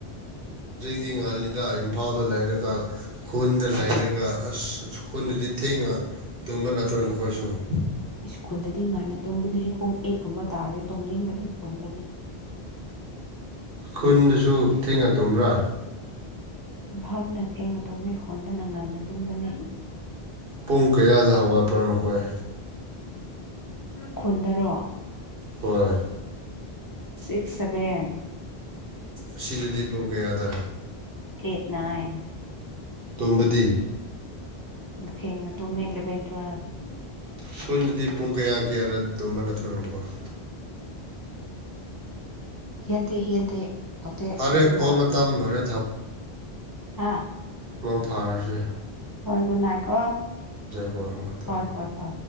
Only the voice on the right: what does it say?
<unintelligible> ꯗ ꯏꯝꯐꯥꯜꯗ ꯂꯩꯔꯒ ꯈꯨꯟꯗ ꯂꯩꯔꯒ ꯑꯁ ꯈꯨꯟꯗꯗꯤ ꯊꯦꯡꯉ ꯇꯨꯝꯕ ꯅꯠꯇ꯭ꯔꯣ ꯅꯈꯣꯏꯁꯨ
ꯈꯨꯟꯗꯨꯁꯨ ꯊꯦꯡꯉ ꯇꯨꯝꯕ꯭ꯔꯥ
ꯄꯨꯡ ꯀꯌꯥꯗ ꯍꯧꯒꯠꯄ꯭ꯔꯥ ꯅꯈꯣꯏ
ꯍꯣꯏ
ꯑꯁꯤꯗꯗꯤ ꯄꯨꯡ ꯀꯌꯥꯗ
ꯇꯣꯝꯕꯗꯤ
ꯈꯨꯟꯗꯗꯤ ꯄꯨꯡ ꯀꯌꯥ ꯀꯌꯥꯗ ꯇꯨꯝꯕ ꯅꯠꯇ꯭ꯔꯣ ꯅꯈꯣꯢ
ꯐꯔꯦ
ꯀꯣꯜ ꯃꯇꯝ ꯂꯣꯏꯔꯦ
ꯃꯥꯡ ꯐꯥꯔꯁꯦ
ꯍꯣꯏ ꯊꯝꯃꯦ